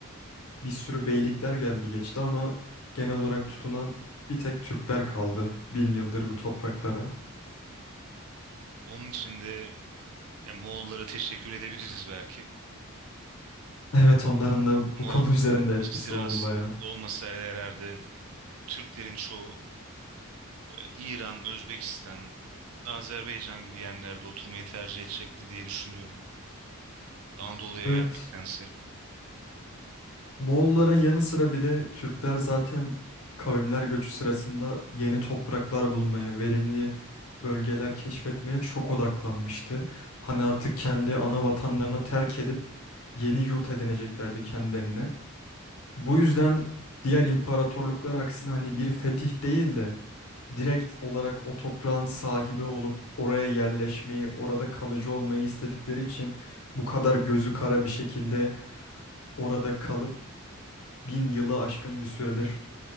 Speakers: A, on the left (about 80°); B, on the right (about 75°).
A: bir sürü beylikler geldi geçti ama genel olarak tutunan bir tek Türkler kaldı bin yıldır bu topraklara.
B: Onun için de ya, Moğollara teşekkür edebiliriz belki.
A: Evet, onların da bu
B: Moğol
A: konu üzerinde etkisi
B: istilası
A: oldu bayağı.
B: olmasaydı herhalde Türklerin çoğu böyle İran, Özbekistan, Azerbaycan gibi yerlerde oturmayı tercih edecekti diye düşünüyorum. Anadolu'ya
A: Evet,
B: gelmektense.
A: Moğolların yanı sıra bir de Türkler zaten kavimler göçü sırasında yeni topraklar bulmaya, verimli bölgeler keşfetmeye çok odaklanmıştı. Hani artık kendi ana vatanlarını terk edip yeni yurt edineceklerdi kendilerine. Bu yüzden diğer imparatorluklar aksine hani bir fetih değil de direkt olarak o toprağın sahibi olup oraya yerleşmeyi, orada kalıcı olmayı istedikleri için bu kadar gözü kara bir şekilde orada kalıp bin yılı aşkın bir süredir